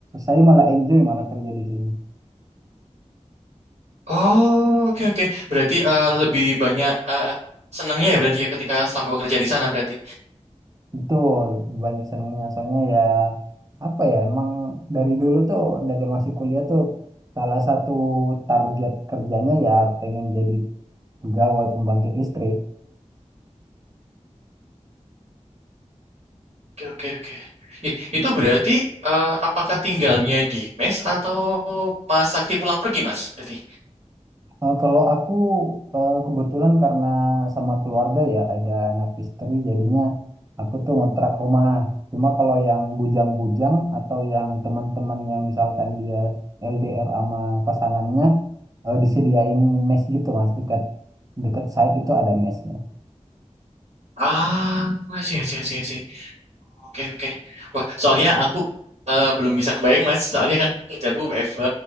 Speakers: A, on the right; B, on the right.
A: Saya malah enjoy malah kerja di sini.
B: Oh, oke oke. Berarti eh, lebih banyak eh, senengnya ya berarti ya ketika selama bekerja di sana berarti.
A: Betul, banyak senangnya. Soalnya ya apa ya emang dari dulu tuh dari masih kuliah tuh salah satu target kerjanya ya pengen jadi pegawai pembangkit listrik.
B: Oke, oke, oke. Ih, Itu berarti eh, apakah tinggalnya di mes atau Mas Sakti pulang pergi, Mas? Berarti.
A: Eh, kalau aku eh, kebetulan karena sama keluarga ya ada anak istri jadinya aku tuh ngontrak rumah. Cuma kalau yang bujang-bujang atau yang teman-teman yang misalkan dia LDR sama pasangannya eh, disediain mes gitu mas dekat dekat site itu ada mesnya.
B: Ah, sih, sih, sih, sih. Oke, oke. Wah, soalnya aku eh, belum bisa kebayang, Mas. Soalnya kan kerjaku WFH,